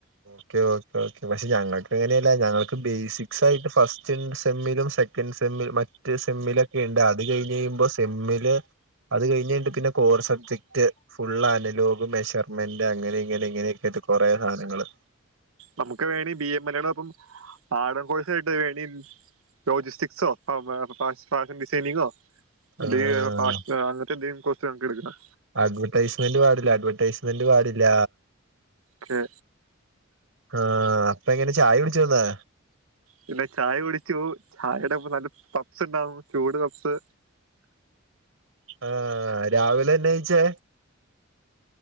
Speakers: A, on the right; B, on the right.
A: ഓക്കെ ഓക്കെ ഓക്കെ പക്ഷെ ഞങ്ങൾക്ക് എങ്ങനെയല്ല ഞങ്ങൾക്ക് ബേസിക് സ് ആയിട്ട് ഫസ്റ്റും സെമ്മിലും സെക്കന്റ് സെമ്മിൽ മറ്റ് സെമ്മിലൊക്കെ ഉണ്ട് അത് കഴിഞ്ഞ് കഴുമ്പോ സെമ്മില് അത് കഴിഞ്ഞണ്ട് പിന്നെ കോർ സബ്ജക്ട്. ഫുള്ള്അനലോഗ് മെഷർമെന്റ് അങ്ങനെ ഇങ്ങനെ ഇങ്ങനെയൊക്കൊയിട്ട് കുറേ സാധങ്ങങ്ങള്
B: നമുക്ക് വേണെ ബി എ മലയാളം അപ്പം ആഴം കോഴ്സായിട്ട് വേണീ ജോയിക് സ്‌റ്റിക്സോ <unintelligible> ഫാഷൻ ഡിസൈനിങ്ങോ അതെ
A: ആഹ്
B: അങ്ങനത്തെ എന്തെങ്കും കോഴ്സ് ഞങ്ങക്ക് എടുക്കണം
A: അഡ്വർടൈസ്മെന്റ് പാടില്ല അഡ്വർടൈസ്മെന്റ് പാടില്ല.
B: ഓകെ
A: ആഹ് അപ്പ എങ്ങനെ ചായ കുടിച്ചോ ഇന്ന്
B: പിന്നെ ചായ കുടിച്ചു ചായയുടെ നല്ല പപ്സ് ഉണ്ടാവും ചൂട് പപ്സ്
A: ആഹ് രാവിലെന്നെകഴിചെ